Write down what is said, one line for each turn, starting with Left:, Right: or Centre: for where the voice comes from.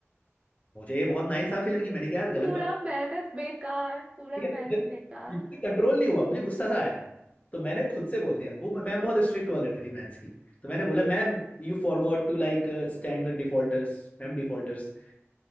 Left: मुझे ये बहुत नाइंसाफी लगी मैंने कहा यार गलत
Right: पूरा
Left: बात
Right: मेहनत बेकार पूरा
Left: ठीक है मुझे-
Right: मेहनत बेकार
Left: मुझसे कंट्रोल नहीं हुआ मुझे गुस्सा सा आया तो मैंने खुद से बोल दिया वो मैम बहुत स्ट्रिक्ट हुआ करती थी मैथ्स की तो मैंने बोला ma'am you forgot to like stand the defaulters ma'am defaulters